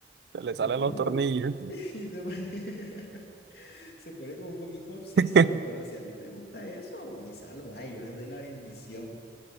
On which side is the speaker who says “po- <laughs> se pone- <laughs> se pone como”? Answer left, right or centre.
Left